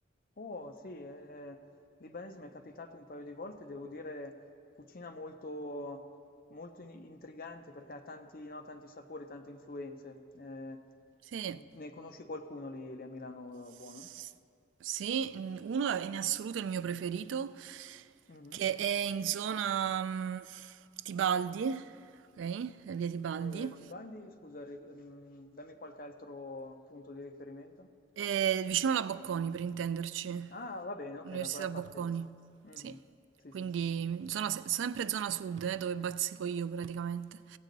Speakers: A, on the left; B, on the right.
A: Oh sì, eh, libanese mi è capitato un paio di volte, devo dire cucina molto, molto in- intrigante perché ha tanti, no, tanti sapori, tante influenze. Eh,
B: Sì,
A: ne conosci qualcuno lì, lì a Milano
B: S-
A: buono?
B: sì, n- uno è in assoluto il mio preferito,
A: Mhm.
B: che è in zona mm, Tibaldi, ok? Via Tibaldi,
A: Eh, Tibaldi, scusa, ri- mm, dammi qualche altro punto di riferimento.
B: eh, vicino alla Bocconi per intenderci.
A: Ah, va bene, ok,
B: L'Università
A: da quella
B: Bocconi,
A: parte lì. Mhm.
B: sì.
A: Sì,
B: Quindi
A: sì.
B: zona se- sempre zona sud, eh, dove bazzico io praticamente.